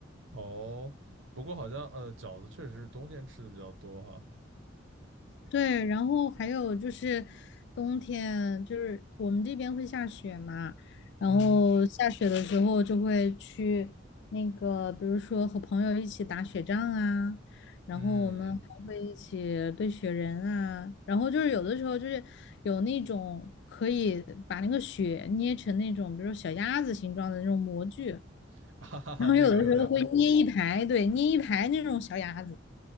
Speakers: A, on the right; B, on the left.
A: 哦，不过好像呃，饺子确实是冬天吃的比较多哈。
B: 对，然后还有就是冬天，就是我们这边会下雪嘛，然后下雪的时候就会去那个，
A: 嗯
B: 比如说和朋友一起打雪仗啊，然后我们还会一起堆雪人啊，
A: 嗯，
B: 然后就是有的时候就是有那种可以把那个雪捏成那种，比如说小鸭子形状的那种模具，
A: <laughs> 哈哈哈，
B: 然后有的时候会捏一排，
A: 那个有点
B: 对，捏一排那种小鸭子。